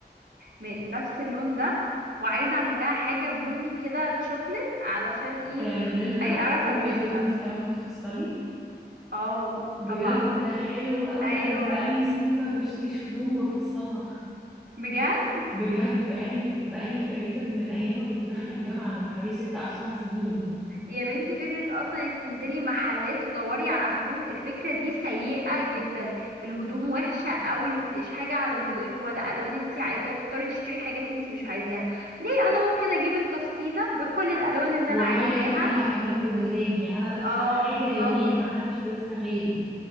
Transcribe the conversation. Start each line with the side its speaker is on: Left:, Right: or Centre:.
Right: من نفس اللون ده وعايزه اعمل لها حاجه بني كده شوكليت علشان ايه
Centre: تعملي لها
Right: اي اعرف
Centre: او
Right: البسها
Centre: ماي جاد انتي كمان بتفصلي
Right: اه
Centre: بجد
Right: طبعا
Centre: ده حلو قوي
Right: ايوه
Centre: انا بقالي سنين ما بشتريش هدوم بفصلها
Right: بجد
Centre: بجد بقالي بقالي تقريبا من ايام ما كنت داخله الجامعه من حوالي ستة او سبع سنين
Right: يا بنتي فكرة أصلا إنك تنزلي محلات تدوري على هدوم الفكرة دي سيئة جدا الهدوم وحشة قوي متلاقيش حاجة على ذوقك ولا ألوان انتي عايزاها تضطري تشتري حاجات انتي مش عايزاها ليه أنا ممكن أجيب التفصيلة بكل الألوان اللي
Centre: واغير
Right: أنا عايزاها
Centre: فيها كمان بمزاجي يعني انا لابسه
Right: اه
Centre: حاجه
Right: بالظبط
Centre: يونيك محدش لابسها غيري